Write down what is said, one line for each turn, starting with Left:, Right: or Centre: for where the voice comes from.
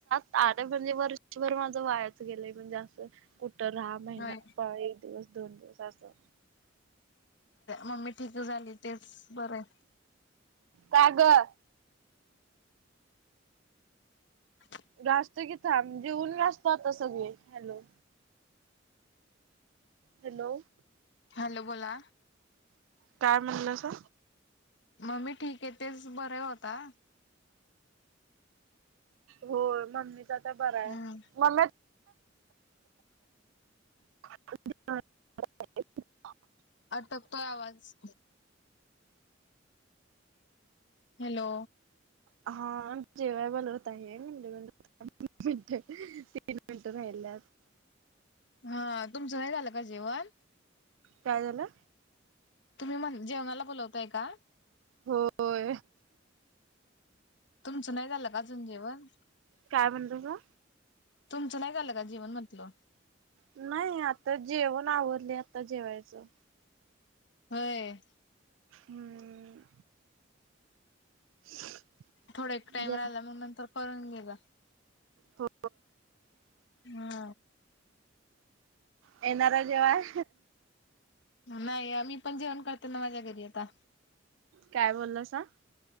Right: आता म्हणजे वर्षभर माझं वायाच गेलंय म्हणजे असं कुठं राहा महिना
Left: होय
Right: प दिवस दोन दिवस असं
Left: मम्मी ठीक झाली तेंच बरंय
Right: का गं?
Left: <unintelligible>
Right: घासतो की थांब जीऊन घासतो आता सगळे हॅलो हॅलो
Left: हॅलो बोला
Right: काय म्हणला सा?
Left: मम्मी ठीक आहे तेच बरय ओ आता
Right: होय मम्मीच आता बर आहे
Left: हम्म
Right: मम्मे <unintelligible>
Left: अटकतोय आवाज हॅलो
Right: हा जेवायला बोलवत आहे <inaudible> तीन मिनटं राहिल्यात
Left: हा तुमचं नाही झालं का जेवण?
Right: काय झालं
Left: तुम्ही म जेवणाला बोलवताय का
Right: होय
Left: तुमचं नाही झालं का अजून जेवण?
Right: काय म्हणतासा
Left: तुमच नाही झालं का जेवण म्हटलं?
Right: नाही आता जेवण आवरलं आता जेवायचं
Left: होय
Right: हम्म <unintelligible>
Left: थोड एक टाइम
Right: जे
Left: आला मग नंतर पळून गेल
Right: हो
Left: हा
Right: येणारय जेवाय
Left: नाही मी पण जेवण करते ना माझ्या घरी आता
Right: काय बोललासा